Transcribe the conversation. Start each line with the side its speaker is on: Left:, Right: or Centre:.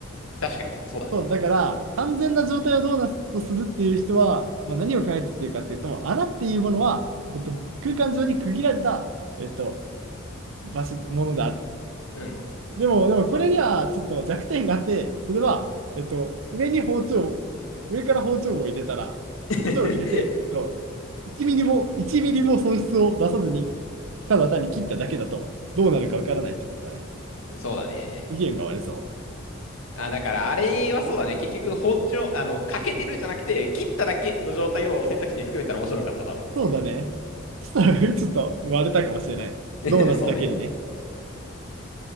Left: 確かに、そうだね。
Right: そう、だから、完全な状態をどうなとするっていう人は、まあ、何を考えているかっていうと、穴っていうものは、えっと、空間上に区切られた、えっと、場所、ものである。
Left: うん。
Right: でも、でもこれにはちょっと弱点があって、それは、えっと、上に包丁、上から包丁を入れたら、
Left: <laughs>
Right: 包丁を入れて、えっと、1ミリも、1ミリも損失を出さずに、ただ単に切っただけだと、どうなるかわからないってことだね。
Left: そうだね。
Right: 意見が割れそう。
Left: あ、だから、あれはそうだね。結局、包丁、あの、欠けてるじゃなくて、切っただけの状態を選択肢に含めたら面白かっただろうね。
Right: そうだね。そしたら、ちょっと割れたかもしれない。
Left: <laughs>
Right: ドーナツだけにね。
Left: そうね。